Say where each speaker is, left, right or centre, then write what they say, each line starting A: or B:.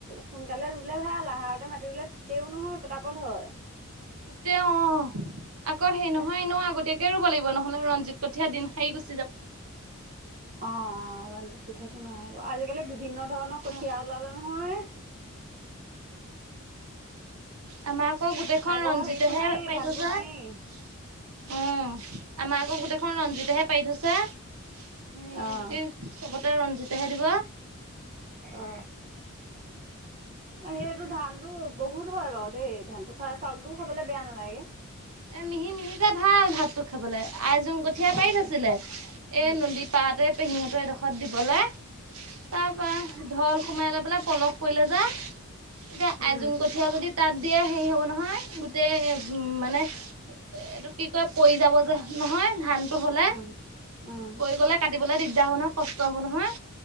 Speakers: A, on the right (about 40°); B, on the right (about 85°).
A: সোনকালে ৰুলে ভাল আহাৰতে মাতি ৰুলে তেও নহয় পতাপত হয়।
B: তে অ আকৌ সেই নহয়
A: অ',
B: নো আগতে তেওঁ ৰুব লাগিব নহলে ৰঞ্জিত কঠীয়া দিন হাৰি গছে
A: অ অ ৰঞ্জিত কঠিয়াতটো নোৱাৰাই আজিকালি বিভিন্ন ধৰণৰ কঠিয়া
B: অ অ
A: ওলালে নহয়
B: আমাৰ আকৌ গোটেইখন
A: আগৰ
B: ৰঞ্জিতেহে
A: হেৰিবোৰ নায়েই
B: পাই
A: ধানবোৰ
B: থৈছে। অ
A: নায়েই
B: আমাৰ আকৌ গোটেইখন ৰঞ্জিতেহে পাৰি থৈছে। সটো
A: অ',
B: কি চবতে ৰঞ্জিতেহে দিব।
A: অ সেই এইটো ধানতো বহুত হয় বাৰু দেই ধানতো খাই চাউলটোও খাবলৈ বেয়া নালাগে।
B: এ মিহি মিহিকে ভাল ভাতটো খাবলৈ আইজোং কঠীয়া
A: ভাল
B: পাৰি
A: লাগে।
B: থৈছিলে এই
A: উম,
B: নদী পাৰতে। পেহিহঁতৰ এডোখৰত দিবলৈ তাৰ পৰা ঢল সোমাই অলপ পলস কৰিলে যে তেতিয়া
A: উম,
B: আইযোং কঠিয়া যদি। তাত দিয়ে হেৰি হ'ব নহয় গোটেই মানে এ এইটো কি কয় পৰি যাব যে নহয় ধানতটো হলে
A: উম, উম,
B: পৰি গলে কাটিবলে দিগ দি হব নহয় কষ্ট হ'ব নহয়